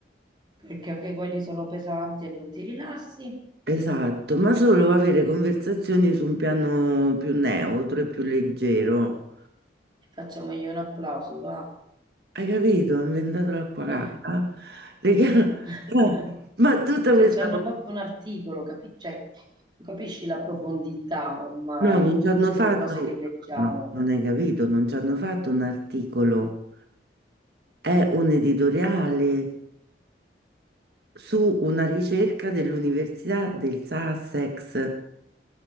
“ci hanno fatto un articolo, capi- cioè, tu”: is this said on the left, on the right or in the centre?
Right